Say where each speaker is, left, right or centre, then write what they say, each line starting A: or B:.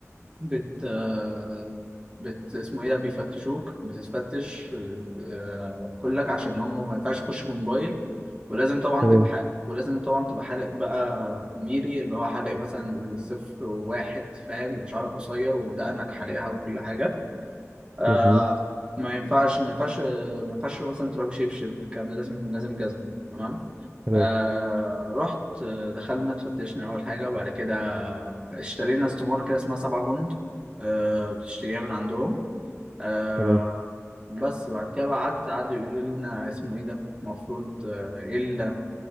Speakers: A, on the right; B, on the right.
A: بت آه، بت اسمه ايه ده بيفتشوك بتتفتش آه، كلك عشان هم ما ينفعش يخشوا بموبايل ولازم طبعا
B: تمام
A: تبقى حق ولازم طبعا تبقى حالق بقى ميري اللي هو حالق مثلا صفر وواحد فاهم يبقى شعرك قصير ودقنك حالقها وكل حاجة آه
B: مظبوط
A: ما ينفعش ما ينفعش ما ينفعش مثلا تروح بشبشب الكلام ده لازم لازم جزمة تمام
B: تمام
A: آه رحت آه، دخلنا اتفتشنا أول حاجة وبعد كده اشترينا استمارة كده اسمها سبعة جند آه بتشتريها من عندهم آه
B: تمام
A: بس بعد كده بقى قعدت قعدوا يقولوا لنا اسمه ايه ده المفروض آه، ايه ال-